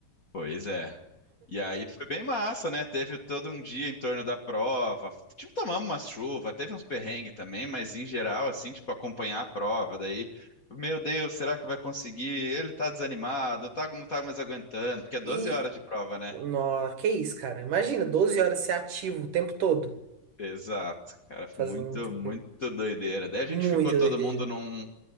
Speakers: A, on the left; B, on the right.
A: Pois é. E aí foi bem massa, né? Teve todo um dia em torno da prova. Tipo, tomamos uma chuva, teve uns perrengues também, mas em geral, assim, tipo, acompanhar a prova. Daí, meu Deus, será que vai conseguir? Ele tá desanimado, tá, não tá mais aguentando, porque é 12
B: E
A: horas de prova, né?
B: Nossa, que isso, cara. Imagina, 12 horas ser ativo o tempo todo,
A: Exato, cara,
B: fazendo
A: muito,
B: muita
A: muito
B: coisa.
A: doideira. Daí a gente
B: Muita
A: ficou todo
B: doideira.
A: mundo num.